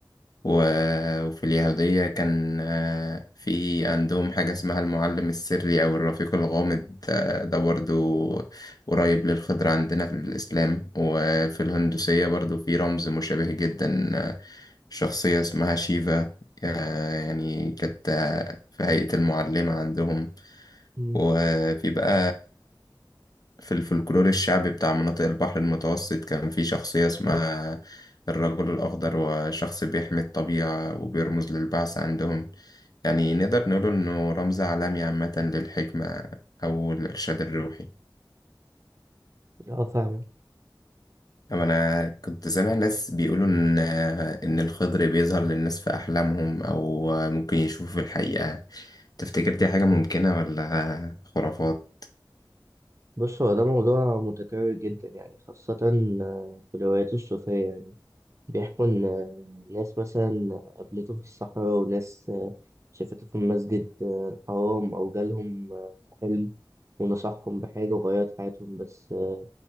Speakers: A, on the left; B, on the right.
A: و- وفي اليهودية كان آه، في عندهم حاجة اسمها المعلم السري أو الرفيق الغامض آه، ده برضو قريب للخضر عندنا في الإسلام وفي الهندوسية برضو في رمز مشابه جدا آه، شخصية اسمها شيفا آه، يعني كانت آه، في هيئة المعلمة عندهم
B: مم.
A: وفي بقى في الفلكلور الشعبي بتاع مناطق البحر المتوسط كان في شخصية اسمها الرجل الأخضر وشخص بيحمي الطبيعة وبيرمز للبعث عندهم يعني نقدر نقول إنه رمز عالمي عامة للحكمة أو الإرشاد الروحي
B: اه فاهمك
A: أما أنا كنت سامع ناس بيقولوا إن إن الخضر بيظهر للناس في أحلامهم أو ممكن يشوفوا في الحقيقة تفتكر دي حاجة ممكنة ولا خرافات؟
B: بص هو ده موضوع متكرر جدا يعني خاصة آه، في الروايات الصوفية يعني. بيحكوا إن آه، ناس مثلا قابلته في الصحراء وناس آه، شافته في المسجد آه، الحرام أو جالهم آه، في حلم ونصحهم بحاجة وغيرت حياتهم بس آه،